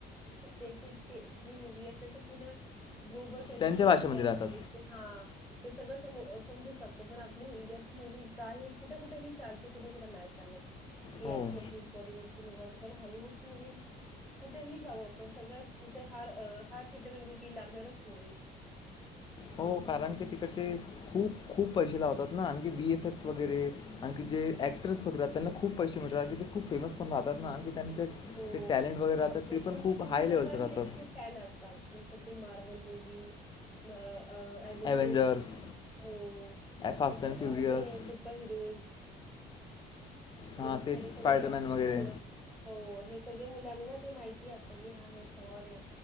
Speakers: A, in the centre; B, on the left (about 25°).
A: तेची जी मूव्हि असेल तर पूर्ण ग्लोबल त्यांची
B: त्यांच्या भाषेमध्ये राहतात
A: हा ते सगळं सम सजू शकतो पण आपली इंडियाची मूवी काही कुठे कुठेही चालते कुठे कुठे नाही चालत हि
B: हो
A: अशी आपली बाॅलीवूड ची मूव्हि अस आपण हॅलीवूडची मूव्हिज कुठेही जाऊ आपण सगळ्या तिथं हार हार ट्येएटरमध्ये ती लागणारच मुव्हि
B: हो कारण की तिकडचे खूप खूप पैसे लावतात ना आणखी बीएफफ वगैरे आणखी जे ऍक्टर्स वगैरा त्यांना खूप पैसे मिळतात ते खूप फेमस पण राहतात ना त्यांच्या
A: हो
B: ते टॅलेंट वगैरे राहतात
A: आपले
B: ते
A: छोटे
B: पण खूप
A: छोटी मुलं
B: हाय लेवलचे
A: पण
B: राहतात
A: त्यांची फॅन असतात जस ते मार्बल मुव्ही अ अ एव्हेंजर्स
B: ॲव्हेंजर्स
A: हो
B: फास्ट
A: तर
B: अँड फ्युरियस
A: अजून हे सुपर हिरोज
B: हां
A: त
B: ते
A: हे
B: स्पायडरमॅन
A: सगळे अवडतात
B: वगैरे
A: मुलांना हो हेच सगळे मुलांना ना ते माहिती अस की हा हे फॉर ये